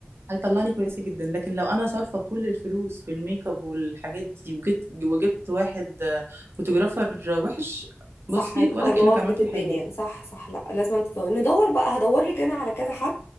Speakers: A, on the right; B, on the left.
A: هيطلعني كويسة جدا لكن لو انا صارفة كل الفلوس في الميك اب والحاجات دي وجبت وجبت واحد آه، فوتوغرافر وحش
B: صح
A: بصي
B: هيب-
A: ولا
B: هيبوظ
A: كأنك عملتي
B: لك الدنيا
A: حاجة
B: صح صح لا لازم أنت تدور ندور بقى هدور لك انا على كذا حد